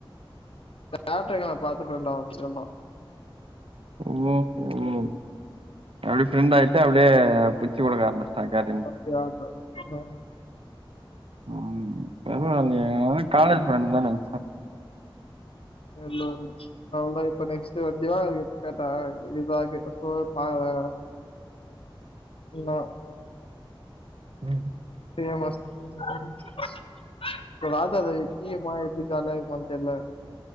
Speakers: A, on the left; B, on the right.
A: கேட்டரிங்ல நா பாத்து ஃப்ரெண்ட் <inaudible>
B: ஒஹோ ஒஹோ அப்டி ஃப்ரெண்ட் ஆயிட்டு அப்டியே பிச்சி புடுங்க ஆரம்பிச்ட்டா கேட்ரிங்
A: <unintelligible>
B: ம் பரவால்லயே அவே காலேஜ் ஃப்ரெண்ட் தா நென
A: இல்ல அவ்ளதா இப்போ நெக்ஸ்ட் திவாகர் கிட்ட கேட்டே <unintelligible> சொல் பாக்குறே ன்னா
B: ம்
A: <inaudible> இப்ப ராஜா <unintelligible> போனா எப்டி ஜால்யா இக்குமானு தெர்ல